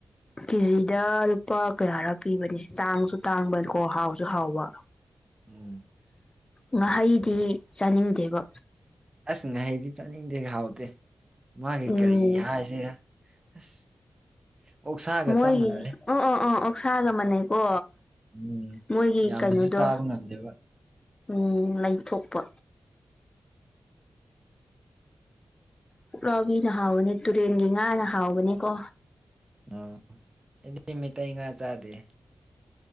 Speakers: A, on the left; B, on the right.
A: ꯀꯦꯖꯤꯗ ꯂꯨꯄꯥ ꯀꯌꯥꯔ ꯄꯤꯕꯅꯦ ꯇꯥꯡꯁꯨ ꯇꯥꯡꯕꯅꯤꯀꯣ ꯍꯥꯎꯁꯨ ꯍꯥꯎꯕ
B: ꯎꯝ
A: ꯉꯥꯍꯩꯗꯤ ꯆꯥꯅꯤꯡꯗꯦꯕ
B: ꯑꯁ ꯉꯍꯩꯗꯤ ꯆꯥꯅꯤꯡꯗꯦ ꯍꯥꯎꯇꯦ ꯃꯥꯒꯤ
A: ꯎꯝ
B: ꯀꯔꯤ ꯍꯥꯏꯁꯤꯔꯥ ꯑꯁ ꯑꯣꯛꯁꯥꯒ
A: ꯃꯣꯏꯒꯤ
B: ꯆꯞ ꯃꯥꯟꯅꯔꯦ
A: ꯑꯣ ꯑꯣ ꯑ ꯑꯣꯛꯁꯥꯒ ꯃꯥꯟꯅꯩꯀꯣ
B: ꯎꯝ
A: ꯃꯣꯏꯒꯤ
B: ꯌꯥꯝꯅꯁꯨ
A: ꯀꯩꯅꯣꯗꯣ
B: ꯆꯥꯕ ꯉꯝꯗꯦꯕ
A: ꯎꯝ ꯂꯩ ꯊꯣꯛꯄ ꯄꯨꯔꯥꯎꯕꯤꯅ ꯍꯥꯎꯕꯅꯦ ꯇꯨꯔꯦꯟꯒꯤ ꯉꯥꯅ ꯍꯥꯎꯕꯅꯦꯀꯣ
B: ꯎ ꯑꯩꯗꯤ ꯃꯩꯇꯩ ꯉꯥ ꯆꯥꯗꯦ